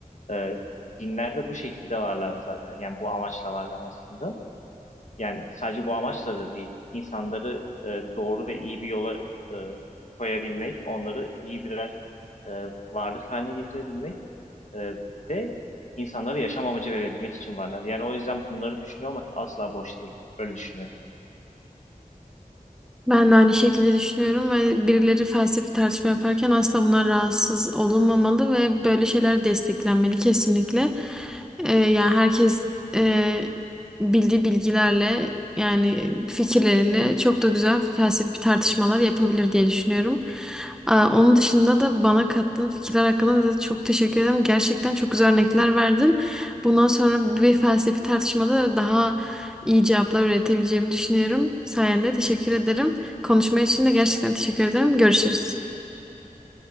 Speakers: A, on the left; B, in the centre.
A: E, dinler de bu şekilde varlar zaten. Yani bu amaçla varlar aslında. Yani sadece bu amaçla da değil, insanları e, doğru ve iyi bir yola e, koyabilmek, onları iyi birer e, varlık haline getirebilmek e, ve insanlara yaşam amacı verebilmek için varlar. Yani o yüzden bunları düşünüyor olmak asla boş değil. Böyle düşünüyorum.
B: Ben de aynı şekilde düşünüyorum ve birileri felsefi tartışma yaparken asla bunlar rahatsız olunmamalı ve böyle şeyler desteklenmeli kesinlikle. Ee, yani herkes e, bildiği bilgilerle yani fikirleriyle çok da güzel felsefi tartışmalar yapabilir diye düşünüyorum. Aa, onun dışında da bana kattığın fikirler hakkında da çok teşekkür ederim. Gerçekten çok güzel örnekler verdin. Bundan sonra bir felsefi tartışmada daha iyi cevaplar üretebileceğimi düşünüyorum. Sayende teşekkür ederim. Konuşma için de gerçekten teşekkür ederim. Görüşürüz.